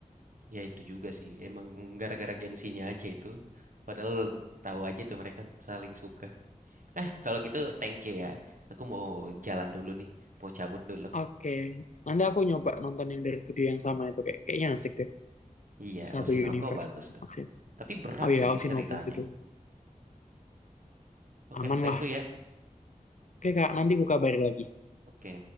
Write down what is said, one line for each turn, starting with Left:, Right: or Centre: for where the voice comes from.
Right: Ya itu juga sih, emang gara-gara gengsinya aja itu. Padahal tahu aja tuh mereka saling suka. Eh, kalau gitu thank you ya. Aku mau jalan dulu nih, mau cabut dulu.
Left: Oke, nanti aku nyoba nonton yang dari studio yang sama itu kayak kayaknya asik deh.
Right: Iya,
Left: Satu
Right: Oshinoko
Left: universe
Right: bagus tuh.
Left: maksudnya.
Right: Tapi berat
Left: Oh iya,
Right: sih
Left: Osinoku
Right: ceritanya.
Left: judul.
Right: Oke,
Left: Aman
Right: thank
Left: lah.
Right: you ya.
Left: Oke Kak, nanti ku kabari lagi.
Right: Oke.